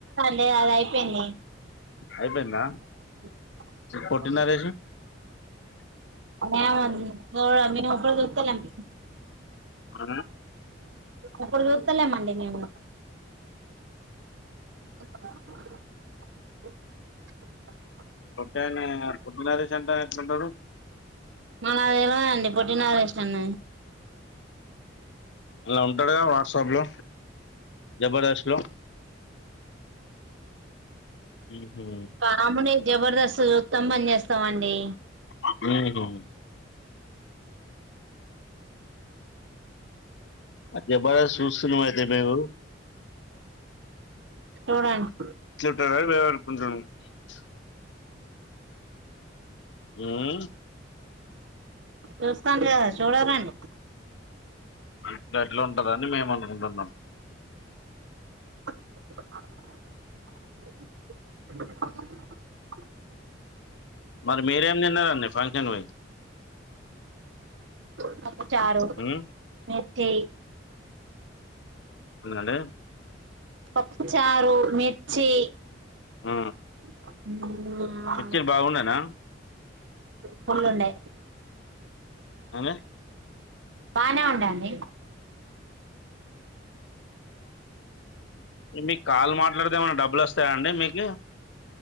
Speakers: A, on the right (about 75°); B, on the left (about 70°).
A: దే అది అయిపోయింది
B: అయిపోయిందా
A: <inaudible>
B: పొట్టి నరేష్
A: ఏమ ముంది ఓ మేమెప్పుడి చూస్తలేము
B: ఆ
A: ఇప్పుడు చూస్తలేమండి మేము <unintelligible>
B: పొట్టాయన పొట్టి నరేష్ ఎట్లుంటాడు
A: మనకు తెలవదు అండి పొట్టి నరేష్ అన్న
B: అలా ఉంటాడు గా వాట్సాప్ లో జబర్దస్త్ లో యూహే
A: కామెడీ జబర్దస్త్ చూస్తాం బంద్ చేస్తామండి
B: ఉహు అ జబర్దస్త్ చూస్తున్నాము అయితే మేము
A: చూడండి
B: <inaudible> మ్మ్
A: చూస్తాం కదా చూడాలండి
B: అంత ఎట్లా ఉంటుందని మేము అనుకుంటున్నాం
A: <inaudible> <inaudible> <inaudible>
B: మరి మీరేం తిన్నారండి ఫంక్షన్ కి పోయి
A: <inaudible> చారు
B: ఉమ్?
A: నే ఎ
B: ఎందుకు అంటె
A: పప్పుచారు మిర్చి
B: ఆ
A: <inaudible> అ
B: మిక్చర్ బాగుండేనా
A: ఫుల్ల్ లుండే
B: అనా
A: బానే ఉందండీ
B: మీకు కాల్ మాట్లాడితే ఏమన్నా డబ్బులు వస్తాయా అండి మీకు